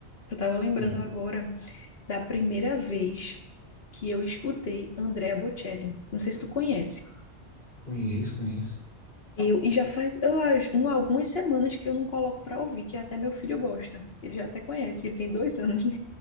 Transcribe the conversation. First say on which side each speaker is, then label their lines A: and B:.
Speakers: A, on the left; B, on the left.
A: Eu tava lembrando
B: Hum,
A: agora da primeira vez que eu escutei Andrea Bocelli. Não sei se tu conhece.
B: conheço, conheço.
A: Eu, e já faz, eu acho, um, algumas semanas que eu não coloco pra ouvir, que até meu filho gosta. Ele já até conhece, ele tem dois anos, né?